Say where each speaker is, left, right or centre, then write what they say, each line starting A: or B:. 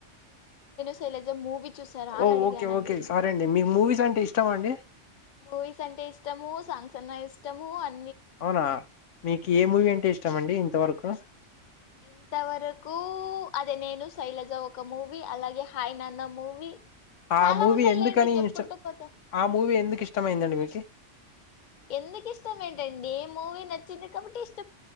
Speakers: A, on the left; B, on the left.
A: శైలేజ మూవీ చూసారా అని
B: ఓ
A: అడిగానండి
B: ఓకే ఓకే సారీ అండి మీకు మూవీస్ అంటే ఇష్టమా అండి
A: మూవీస్ అంటే ఇష్టము సాంగ్స్ అ ఇష్టము ఆన్
B: అవునా మీకి ఏ మూవీ అంటే ఇష్టం అండి ఇంతవరకు
A: ఇంతవరకు అదే నేను శైలజ ఒక మూవీ అలాగే హాయ్ నాన్న మూవీ చాలా
B: ఆ మూవీ
A: ఉన్నాయిలేండి
B: ఎందుకని
A: చెప్పుకుంటూ
B: ఇస్
A: పోతే
B: ఆ మూవీ ఎందుకు ఇష్టమైందండి మీకి
A: ఎందుకు ఇష్టం ఏంటండి ఏ మూవీ నచ్చింది కాబట్టి ఇష్టం